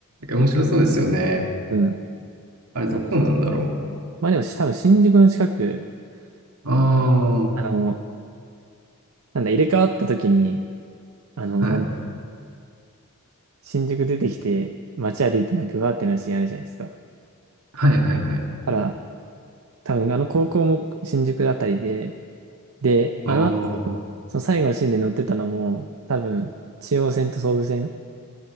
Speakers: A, on the right; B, on the right.
A: 面白そうですよね。
B: うん。
A: あれどこなんだろ
B: さちょっとまあでも、多分新宿の近く
A: う。ああ、
B: で、あの、なんだ、入れ替わった時に、あの、
A: はい。
B: なんだ、新宿出てきて、街歩いてなんかうわーってなるシーンあるじゃないですか。だ
A: はいはいはい。
B: から、多分あの高校も新宿あたりで、で、あの後、
A: あ
B: その最後のシーンで乗ってたのも、多分中央線と総武線